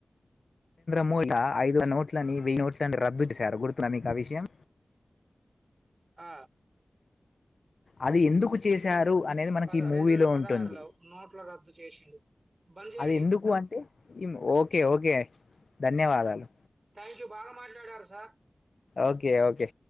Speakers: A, on the left (about 70°); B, on the right (about 45°).
A: మ ఐదు నోట్లని వెయ్యి నోట్లన్నీ రద్దు చేశారు గుర్తున్నా మీకా ఆ విషయం
B: ఆ
A: అది ఎందుకు చేశారు అనేది మనకి
B: పద
A: ఈ మూవీలో
B: రెండు వేల పదహారులో
A: ఉంటుంది
B: నోట్ల రద్దు చేసిండు బంద్ చేయండి
A: అది ఎందుకు అంటే ఓకే ఓకే ధన్యవాదాలు
B: థ్యాంక్ యూ బాగా మాట్లాడారు సార్
A: ఓకే ఓకే